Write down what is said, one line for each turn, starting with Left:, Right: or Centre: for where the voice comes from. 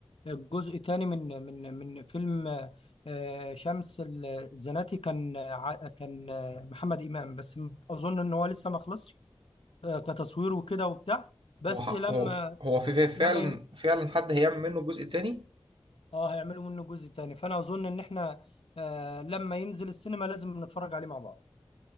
Left: جزء تاني من من من فيلم آه، شمس الزناتي كان ع- كان آه، محمد امام بس اظن ان هو لسه ما خلصش آه، كتصوير وكده وبتاع بس
Right: هو ح-
Left: لما
Right: هو هو في في- فعلا
Left: لما
Right: فعلا حد هيعمل منه جزء تاني
Left: اه هيعملوا منه جزء تاني فانا اظن ان احنا آه لما ينزل السينما لازم نتفرج عليه مع بعض